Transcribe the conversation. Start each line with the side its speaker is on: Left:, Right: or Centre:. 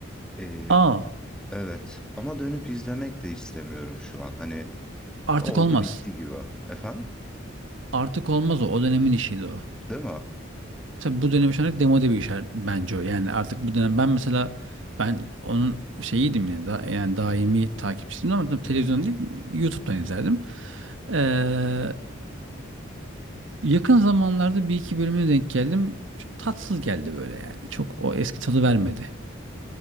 Centre: Ee,
Right: Aa
Centre: evet. Ama dönüp izlemek de istemiyorum şu an. Hani
Right: artık
Centre: oldu
Right: olmaz.
Centre: bitti gibi. Efendim?
Right: Artık olmaz o. O dönemin işiydi o.
Centre: Değil mi?
Right: Tabii bu dönem şu anlık demode bir iş her- bence o. Yani artık bu dönem ben mesela ben onun şeyiydim yani, da, yani daimi takipçisiydim ama tabii televizyon
Centre: Hı,
Right: değil YouTube'dan izlerdim. Ee, yakın zamanlarda bir iki bölümüne denk geldim. Çok tatsız geldi böyle yani. Çok o eski tadı vermedi.